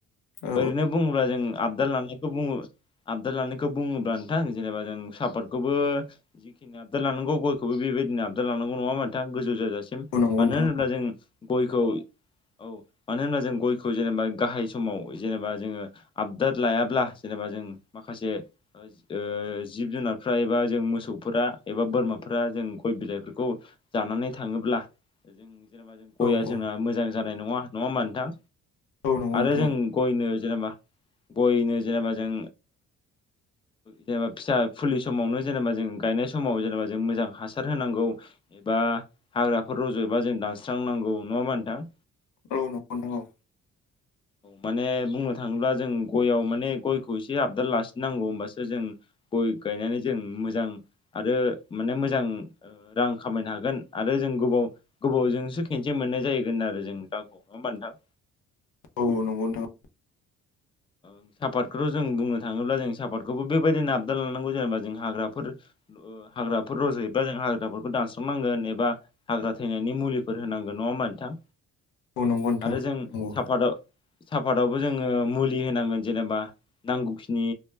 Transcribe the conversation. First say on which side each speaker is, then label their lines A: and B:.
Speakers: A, on the left; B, on the left.
A: औ
B: ओरैनो बुङोब्ला जों आबदाल लानायखौ बुङो। आबदाल लानायखौ बुङोब्ला नोंथां जेनेबा जों सापर्टखौबो जिखिनि आबदार लानांगौ गयखौबो बि बेबायदिनो आबदार लानांगौ नङा नोंथां गोजौ जाजासिम
A: औ नंगौ
B: मानो
A: नोंथां
B: होनोब्ला जों गयखौ औ मानो होनब्ला जों गयखौ जेनेबा गाहाय समाव जेनेबा जोङो आपडाद लायाब्ला जेनेबा जों माखासे ओ जिब जुनारफ्रा एबा जों मोसौफोरा एबा बोरमा फोरा जों गय बिलाइफोरखौ जानानै थाङोब्ला जों। जेनेबा जों
A: औ
B: गया जोंना
A: औ
B: मोजां जानाय नङा नङा होमा नोंथां
A: औ नंगौ नोंथां औ नंगौ नोंथां औ नंगौ
B: आरो
A: नोंथां
B: जों गयनो जेनेबा गयनो जेनेबा जों जेनेबा फिसा फुलि समावनो जेनेबा जों गायनाय समाव जेनेबा जों मोजां हासार होनांगौ एबा हाग्राफोर रज'बा जों दानस्रांनांगौ नङा होमबा नोंथां
A: औ नंगौ औ
B: माने बुंनो थाङोब्ला जों गयाव माने गयखौ एसे आबदाल लासिननांगौ होनबासो जों गय गायनानै जों मोजां आरो माने मोजां रां खामायनो हागोन आरो आरो जों गोबाव गोबावजोंसो खेनसे मोननाय जायगोन आरो जों दाखौ नङा होमबा नोंथां।
A: औ नंगौ नोथां
B: सापातखौथ' जों बुंनो थाङोब्ला जों सापातखौबो बेबायदि नाबदाल लानांगौ जेनेबा जों हाग्राफोर हाग्राफोर रज'योबा जों हाग्राफोरखौ दानस्रनांगोन एबा हाग्रा थैनायनि मुलिफोर होनांगोन नङा होमबा नोंथां।
A: औ नंगौ नोंथां
B: आरो जों
A: नंगौ
B: साफादा साफादावबो जोङो मुलि होनांगोन जेनेबा नांगौखिनि